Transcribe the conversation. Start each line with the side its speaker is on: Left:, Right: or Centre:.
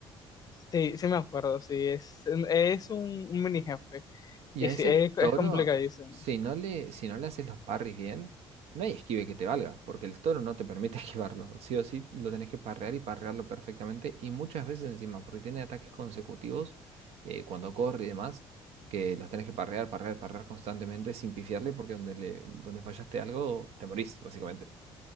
Left: Sí, sí me acuerdo, sí, es, es un, un mini jefe,
Right: Y
Left: y
Right: a
Left: sí,
Right: ese
Left: es,
Right: toro,
Left: es complicadísimo.
Right: si no le, si no le haces los parries bien, no hay esquive que te valga, porque el toro no te permite <laughs> esquivarlo. Sí o sí lo tenés que parrear y parrearlo perfectamente, y muchas veces encima, porque tiene ataques consecutivos eh, cuando corre y demás, que los tenés que parrear, parrear, parrear constantemente sin pifiarle, porque donde le, donde fallaste algo, te morís, básicamente.